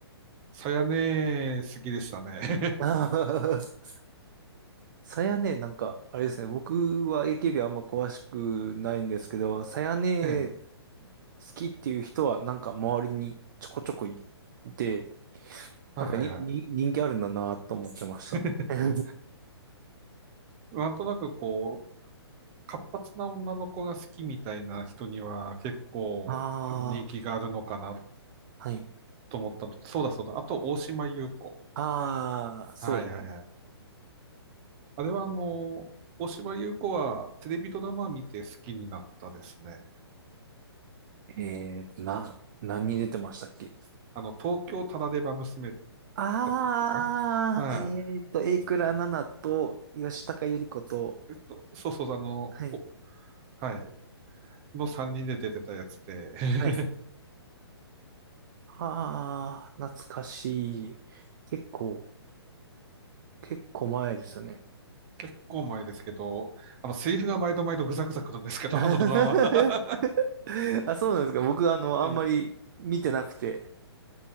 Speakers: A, on the right; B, on the right.
A: さやね、好きでしたね。
B: <laughs> さやね、なんか、あれですね、僕は AKB あんま詳しくないんですけど、さやね
A: <laughs> ええ。
B: 好きっていう人はなんか周りにちょこちょこいて、
A: はいはいはい。
B: なんかに、に、人気あるんだなと思ってました。
A: <laughs>
B: <laughs>
A: なんとなくこう、活発な女の子が好きみたいな人には結構人気があるのかな
B: ああ、はい。
A: と思ったのと、そうだそうだ。あと、大島優子。
B: ああ、そうですね。
A: はいはいはい。あれはあの、大島優子はテレビドラマ見て好きになったですね。
B: えーと、な、何に出てましたっけ
A: あの、東京タラレバ娘
B: ああー、
A: だったっけな。は
B: えーと、榮倉奈々と吉高由里子と、
A: い。えっと、そうそう、あの、
B: はい、
A: おはい。の3人で出てたやつで、<laughs>
B: はい。ああ、懐かしい。結構、結構前ですよね。
A: 結構前ですけど、あの、セリフが毎度毎度ぐざぐざくるんですけど、
B: <laughs>
A: あのドラマ。<laughs>
B: あ、そうなんですか。僕、あの、あんまり見てなくて、
A: ええ